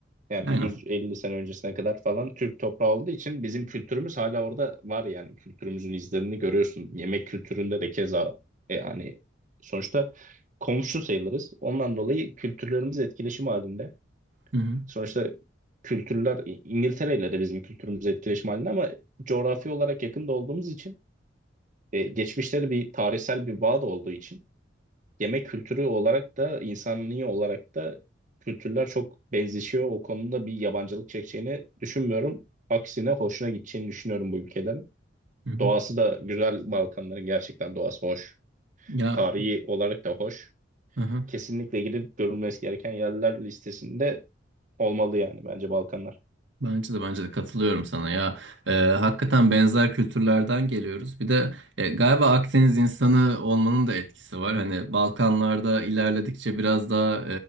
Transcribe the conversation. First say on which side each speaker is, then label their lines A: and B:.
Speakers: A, on the right; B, on the right.
A: Yani
B: Aynen.
A: 150 sene öncesine kadar falan Türk toprağı olduğu için bizim kültürümüz hala orada var yani kültürümüzün izlerini görüyorsun. Yemek kültüründe de keza e, yani sonuçta komşu sayılırız. Ondan dolayı kültürlerimiz etkileşim halinde.
B: Hı hı,
A: Sonuçta kültürler İ- İngiltere ile de bizim kültürümüz etkileşim halinde ama coğrafi olarak yakında olduğumuz için e, geçmişte de bir tarihsel bir bağ da olduğu için yemek kültürü olarak da insanlığı olarak da kültürler çok benzişiyor. O konuda bir yabancılık çekeceğini düşünmüyorum. Aksine hoşuna gideceğini düşünüyorum bu ülkelerin.
B: hı hı.
A: Doğası da güzel Balkanların gerçekten doğası hoş.
B: Ya
A: Tarihi olarak da hoş.
B: hı hı.
A: Kesinlikle gidip görülmesi gereken yerler listesinde olmalı yani bence Balkanlar.
B: Bence de bence de katılıyorum sana ya Ee, hakikaten benzer kültürlerden geliyoruz bir de e, galiba Akdeniz insanı olmanın da etkisi var hani Balkanlarda ilerledikçe biraz daha